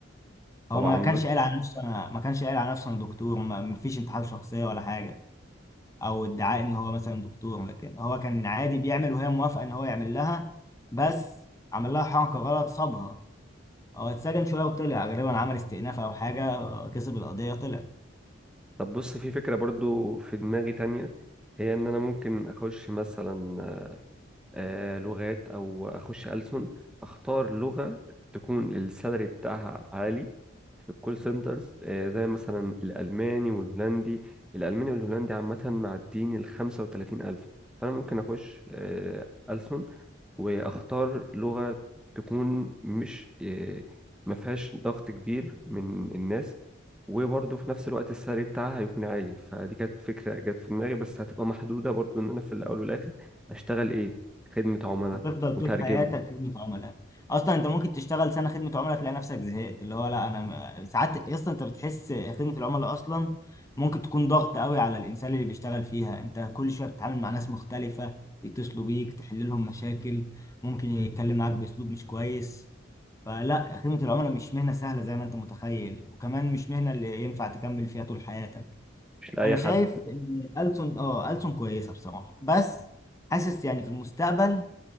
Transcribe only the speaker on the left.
هو
ما
كانش قايل على نفسه انا ما كانش قايل على نفسه انا دكتور ما ما فيش انتحال شخصيه ولا حاجه او ادعاء ان هو مثلا دكتور لكن هو كان عادي بيعمل وهي موافقه ان هو يعمل لها بس عمل لها حركه غلط صابها هو اتسجن شويه وطلع غالبا عمل استئناف او حاجه آه، كسب القضيه طلع
هتفضل
طول حياتك خدمة عملاء اصلا انت ممكن تشتغل سنة خدمة عملاء تلاقي نفسك زهقت اللي هو لا انا م- ساعات اصلا انت بتحس خدمة العملاء اصلا ممكن تكون ضغط قوي على الانسان اللي بيشتغل فيها انت كل شوية بتتعامل مع ناس مختلفة يتصلوا بيك تحل لهم مشاكل ممكن يتكلم معاك باسلوب مش كويس فلا خدمة العملاء مش مهنة سهلة زي ما انت متخيل وكمان مش مهنة اللي ينفع تكمل فيها طول حياتك
انا شايف
ان ألسن اه ألسن كويسة بصراحة بس حاسس يعني في المستقبل